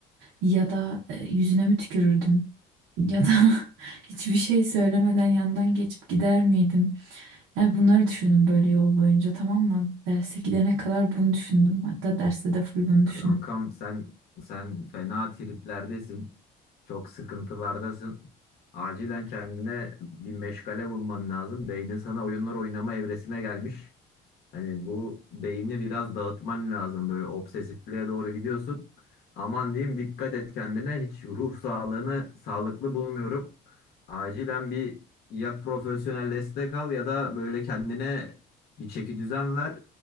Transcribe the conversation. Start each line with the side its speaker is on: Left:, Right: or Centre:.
Right: Ya da e, yüzüne mi tükürürdüm? Ya da <laughs> hiçbir şey söylemeden yandan geçip gider miydim? Yani bunları düşündüm böyle yol boyunca tamam mı? Derse gidene kadar bunu düşündüm. Hatta derste de full bunu
Left: Kankam
Right: düşündüm.
Left: sen sen fena triplerdesin. Çok sıkıntılardasın. Acilen kendine bir meşgale bulman lazım. Beynin sana oyunlar oynama evresine gelmiş. Hani bu beyni biraz dağıtman lazım. Böyle obsesifliğe doğru gidiyorsun. Aman diyeyim dikkat et kendine. Hiç ruh sağlığını sağlıklı bulmuyorum. Acilen bir ya profesyonel destek al ya da böyle kendine bir çeki düzen ver.